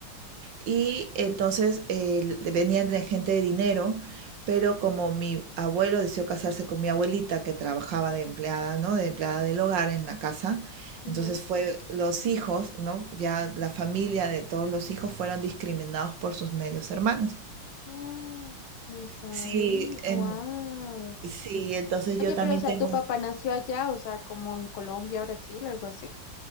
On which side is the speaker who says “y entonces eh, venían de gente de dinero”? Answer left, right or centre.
Right